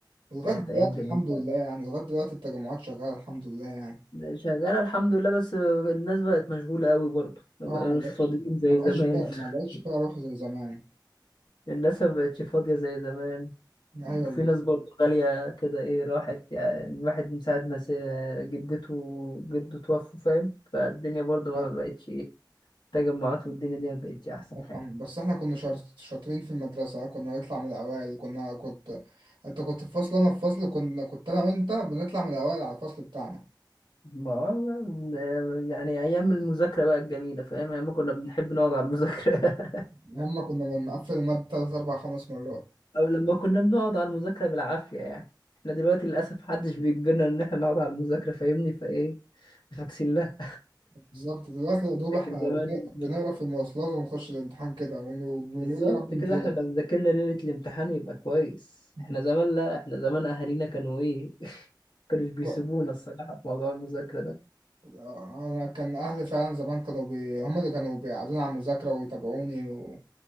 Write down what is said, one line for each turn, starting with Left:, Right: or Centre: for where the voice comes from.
Right: ولغاية
Left: كانت
Right: دلوقتي
Left: ايام جميله
Right: الحمد لله يعني لغاية دلوقتي التجمعات شغالة الحمد لله يعني
Left: شغاله الحمد لله بس الناس بقت مشغوله قوي برضه ما
Right: اه
Left: بقوش
Right: ما بقتش
Left: فاضيين زي
Right: ما بقتش
Left: زمان
Right: فيها ما
Left: <laughs>
Right: بقتش فيها روح زي زمان
Left: الناس ما بقتش فاضية زي زمان
Right: ايوه
Left: وفي
Right: بالظبط
Left: ناس برضه غالية كده ايه راحت يعني الواحد من ساعة ما س- جدته وجده توفوا فاهم فالدنيا برضه ما
Right: آه،
Left: بقتش ايه التجمعات والدنيا دي ما بقتش أحسن
Right: الله يرحمه.
Left: حاجة
Right: بس احنا كنا شاط- شاطرين في المدرسة كنا نطلع من الأوائل كنا كنت انت كنت في فصل انا في فصل كنا كنت انا وانت بنطلع من الأوائل على الفصل بتاعنا
Left: ما والله، يعني أيام المذاكرة بقى الجميلة فاهم أيام ما كنا بنحب نقعد على المذاكرة <laughs>
Right: لما كنا بنقفل المادة تلات أربع خمس مرات
Left: أو لما كنا بنقعد على المذاكرة بالعافية يعني احنا دلوقتي للأسف محدش بيجبرنا إن احنا نقعد على المذاكرة فاهمني فايه فاكسين لها
Right: بالظبط دلوقتي يا دوب
Left: لكن
Right: احنا
Left: زمان
Right: بن- بنقرا في المواصلات ونخش الامتحان كده ون-
Left: بالظبط
Right: ونقول يا رب امتياز
Left: كده احنا لو ذاكرنا ليلة الامتحان يبقى كويس
Right: <laughs>
Left: احنا زمان لا احنا زمان اهالينا كانوا ايه <laughs> كانوا بيسيبونا
Right: و-
Left: الصراحة في موضوع المذاكرة ده
Right: انا كان اهلي فعلا زمان كانوا بي... هم اللي كانوا بيقعدوني على المذاكره ويتابعوني و...